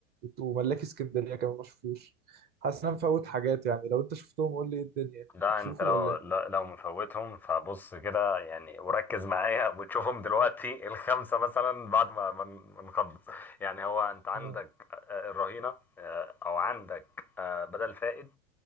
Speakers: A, on the right (about 25°); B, in the centre.
A: وملاك اسكندرية كمان ما شفتوش حاسس ان انا مفوت حاجات يعني لو انت شفتهم قول لي ايه الدنيا
B: لا
A: اشوفه
B: انت لو
A: ولا ايه
B: لا- لو مفوتهم فبص كده يعني وركز معايا وتشوفهم دلوقتي الخمسه مثلا بعد ما ما ن- ما نخلص يعني هو انت عندك
A: آه،
B: آه، الرهينه آه، او عندك آه، بدل فائد